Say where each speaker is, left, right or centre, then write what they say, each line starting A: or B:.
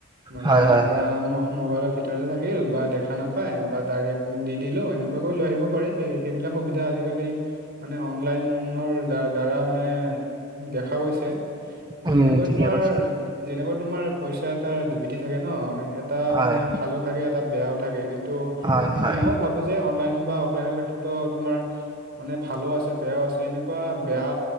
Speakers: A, on the right; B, on the right.
A: মানে
B: হয় হয়
A: ধৰা
B: হয়
A: মহ মোবাইলৰ ভিতৰতে থাকিল বা দেখা নাপায় বা ডাইৰেক্ট দি দিলো এনেকুৱাকৈ লৈ আহিব পাৰি। সেই সেইবিলাক সুবিধা আজিকালি মানে অনলাইনৰ দা দ্বাৰা মানে দেখা গৈছে
B: উম
A: যেনেকৈ
B: ঠিকে
A: তোমাৰ
B: কৈছা
A: যেনেকুৱা তোমাৰ পইচা এটা দুৰ্বিতি থাকে ন এটা
B: হয়
A: মানে ভালো থাকে এটা বেয়াও থাকে কিন্তু
B: হয়
A: মানে
B: হয়
A: মোক ভাবো যে অনলাইন বা অফলাইনৰ ক্ষেত্ৰতো তোমাৰ মানে ভালো আছে বেয়াও আছে এনেকুৱা বেয়া